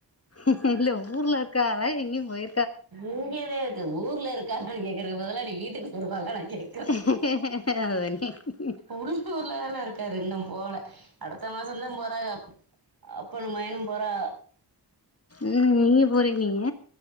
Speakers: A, on the left; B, on the right.
A: ம்ம் இல்ல ஊர்ல இருக்காரா எங்கியும் போயி
B: இங்கேதா இருக்கு ஊர்ல இருக்காரான்னு கேக்குறது பதலா நீ வீட்டுக்கு போவதா நா இகே
A: <unintelligible>
B: உள்ளூர்லதான இருக்காரு இன்னு போல அடுத்த மாச தா போறாங்க அப்பனும் மகனு போறா
A: ம் நீயே போரேனிங்க